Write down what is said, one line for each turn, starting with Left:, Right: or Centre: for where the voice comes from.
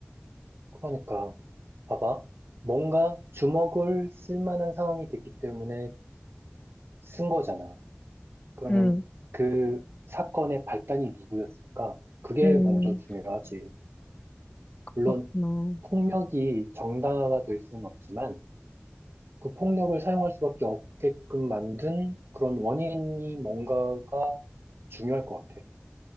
Right: 그러니까, 봐봐. 뭔가 주먹을 쓸 만한 상황이 됐기 때문에 쓴 거잖아. 그러면
Left: 음,
Right: 그 사건의 발단이 누구였을까? 그게
Left: 음,
Right: 먼저 중요하지.
Left: 그렇구나.
Right: 물론, 폭력이 정당화가 될 수는 없지만 그 폭력을 사용할 수밖에 없게끔 만든 그런 원인이 뭔가가 중요할 것 같아.